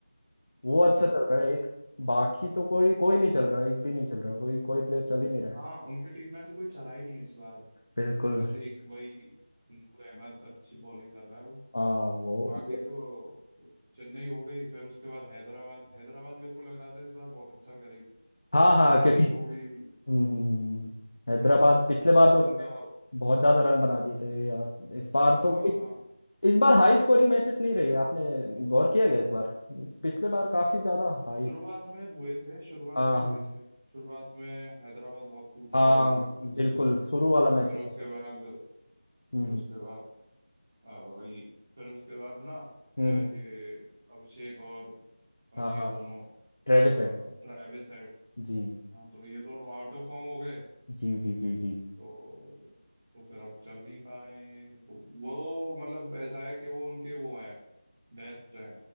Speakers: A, on the left (about 55°); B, on the right (about 25°).
A: वो अच्छा
B: हम्म
A: चल रहा है एक बाकी तो कोई कोई नहीं चल रहा एक भी नहीं चल रहा कोई कोई प्लेयर चल ही नहीं रहा है
B: हाँ उनकी टीम में से कोई चला ही नहीं इस बार
A: बिल्कुल
B: बस एक वही नूर अहमद अच्छी बॉलिंग कर रहा है वो
A: हाँ वो
B: बाकी तो चेन्नई हो गई फिर उसके बाद हैदराबाद हैदराबाद मेरे को लग रहा था इस बार बहुत अच्छा करेगी
A: हाँ हाँ क्योंकि
B: बट वो भी
A: हम्म, हम्म, हम्म, हैदराबाद पिछले बार
B: बट
A: तो उसने
B: उनका
A: बहुत ज्यादा रन बना दिए थे या इस बार
B: हाँ
A: तो इस,
B: हाँ
A: इस बार हाई स्कोरिंग मैचेस नहीं रही है आपने गौर किया गया इस बार इस पिछले बार काफी ज्यादा हाई
B: शुरुआत में हुए थे शुरुआत
A: हाँ
B: में हुए
A: हाँ
B: थे शुरुआत में हैदराबाद बहुत कूट
A: हाँ
B: रही थी अभी अच्छे
A: बिल्कुल
B: से
A: शुरू वाला मैच
B: फिर
A: था।
B: उसके बाद
A: हम्म
B: फिर
A: हम्म
B: उसके बाद आ, वही फिर उसके बाद ना
A: हम्म,
B: अ, ये
A: हम्म,
B: अभिषेक और और
A: हाँ
B: ये
A: हाँ
B: दोनों
A: ट्रेविस
B: ट्रेविस
A: हेड
B: हाँ
A: जी
B: तो ये दोनों आउट ऑफ फॉर्म हो गए
A: जी जी जी जी
B: तो तो फिर अब चल नहीं पा रहे हैं तो वो मतलब ऐसा है कि वो उनके वो हैं बेस्ट हैं